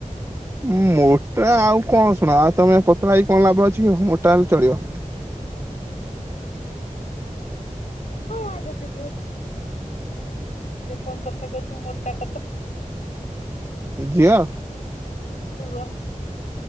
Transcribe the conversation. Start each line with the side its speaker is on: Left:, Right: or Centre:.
Right: ମୋଟା ଆଉ କଣ ଶୁଣ ଆଉ ତମେ ପତଳା ହେଇକି କଣ ଲାଭ ଅଛି କି ମୋଟା ହେଲେ ଚଳିବ।
Left: କଣ ଏଇ କ କଥା କହୁଛି ମୋଟା କଥା।
Right: ଝିଅ।
Left: ପୁଅ।